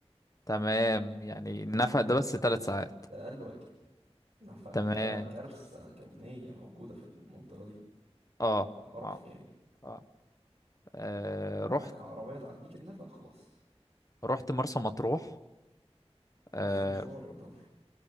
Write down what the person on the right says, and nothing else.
ده,
ده أقل واجب نفق
ده كارثة كونية موجودة في المنطقة دي
حاجة قرف
يعني
معاك
عربية تعديك النفق خلاص
نفس
المشوار يا طفل